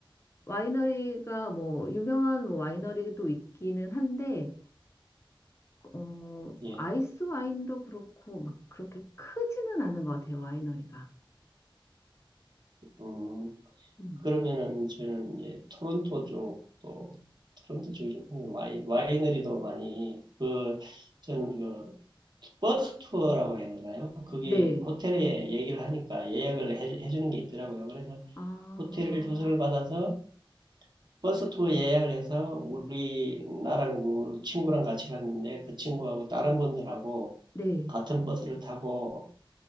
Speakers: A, on the left; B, on the right.
A: 와이너리가 뭐, 유명한 와이너리도 있기는 한데, 어,
B: 예.
A: 아이스 와인도 그렇고 막 그렇게 크지는 않은 것 같아요, 와이너리가.
B: 음,
A: 음.
B: 그러면은 저는 이제 토론토 쪽 또 토론토 쪽이죠. 와이, 와이너리도 많이 그 저는 그 버스 투어라고 해야 되나요? 그게
A: 네.
B: 호텔에 얘기를 하니까 예약을 해, 해주는 게 있더라고요. 그래서
A: 아,
B: 호텔 주소를 받아서 버스 투어 예약을 해서 우리 나랑 그 친구랑 같이 갔는데 그 친구하고 다른 분들하고
A: 네.
B: 같은 버스를 타고